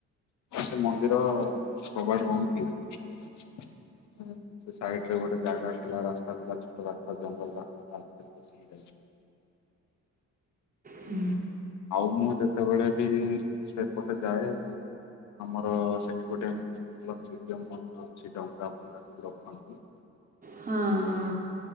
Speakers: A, on the left; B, on the right.
A: ସେ ମନ୍ଦିର କବାଟ ବନ୍ଦ ଥିଲା। ସେ ସାଇଟରେ ଗୋଟେ ଜାଗା ଥିଲା ରାସ୍ତା ଥିଲା ଛୋଟ ରା ତ ଜଙ୍ଗଲ ରାସ୍ତା ତା ଭିତେରେ ପଶିକି ଯାଇଛି।
B: ହୁଁ।
A: ଆଉ ମୁଁ ଯେତେବେଳେ ବି ସେପଟେ ଯାଏ ଆମର ସେଠି ଗୋଟ <unintelligible> ମନ୍ଦିର ଅଛି ଡଙ୍ଗା ଫଙ୍ଗା ସବୁ ରଖନ୍ତି।
B: ହଁ
A: ଉ
B: ହଁ